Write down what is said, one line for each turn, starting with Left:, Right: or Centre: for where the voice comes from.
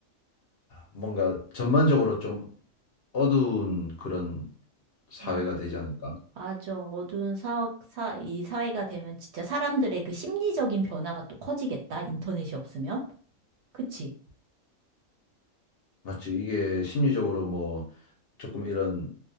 Left: 뭔가 전반적으로 좀 어두운 그런 사회가
Right: 아,
Left: 되지 않을까?
Right: 맞아. 어두운 사, 사, 이 사회가 되면 진짜 사람들의 그 심리적인 변화가 또 커지겠다. 인터넷이 없으면. 그치?
Left: 맞지. 이게 심리적으로 뭐 조금 이런